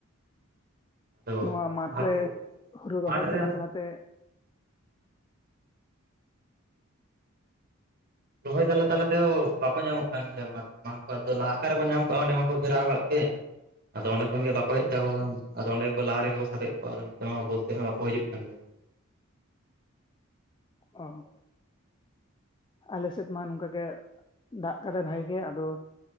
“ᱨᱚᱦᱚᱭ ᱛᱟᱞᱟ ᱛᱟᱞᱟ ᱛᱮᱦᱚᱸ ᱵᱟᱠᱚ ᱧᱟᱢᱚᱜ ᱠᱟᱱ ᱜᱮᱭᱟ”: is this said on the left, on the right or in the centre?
Right